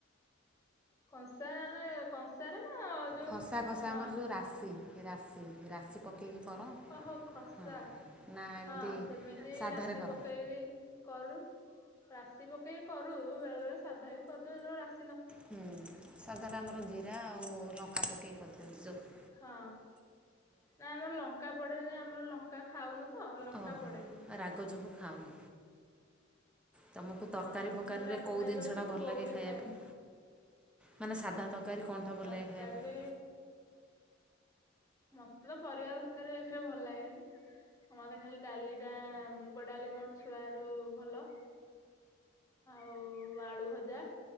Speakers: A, on the left; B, in the centre.
A: କଂସାରେ କଂସାରେ। ନା ଯୋଉ
B: ଖସା ଖସା
A: ଅ
B: ଆମର ଯୋଉ ରାଶି ରାଶି ରାଶି ପକେଇକି କର
A: ଓହୋ ଖସା,
B: ହଁ ନା ଏମିତି
A: ହଁ ସେମିତି
B: ସାଧାରେ
A: ରାଶି
B: କର
A: ପକେଇ ବି କରୁ ରାଶି ପକେଇକି କରୁ ବେଳେ ବେଳେ ସାଧା ବି କରିଦବ ଯେତେବେଳେ ଆସ
B: ହୁଁ। ସାଧାରେ ଆମର ଜିରା ଆଉ ଲଙ୍କା ପକେଇକି କରିଦିଅନ୍ତି ଯୋଉ
A: ହଁ ନାଇ ଆମର ଲଙ୍କା ପଡେ <unintelligible> ଆମର ଲଙ୍କା। ଖାଉନୁ ତ ଲଙ୍କା
B: ଓହୋ
A: ପଡେନି।
B: ରାଗ ଯୋଗୁଁ ଖାଅନି। ତୁମକୁ ତରକାରୀ
A: ହଁ ମୁଁ
B: ଫକାରୀରେ
A: ରାଗ
B: କୋଉ
A: ଖାଇପାରେନି
B: ଦିନିଷଟା ଭଲ
A: ବୋଉ
B: ଲାଗେ
A: ବି
B: ଖାଇବା
A: ଖାଏନି
B: ପାଇଁ? ମାନେ ସାଧା ତରକାରୀ କଣଟା ଭଲ
A: ତରକାରୀରେ
B: ଲାଗେ ଖାଇବା ପାଇଁ?
A: ମତେ ତ ପରିବା <unintelligible> ଏକରେ ଭଲ ଲାଗେନି, ମତେ ଖାଲି ଡାଲି ଟା ମୁଗ ଡାଲି ମୋର ଛୁଆ ରୁ ଭଲ ଆଉ ଆଳୁ ଭଜା।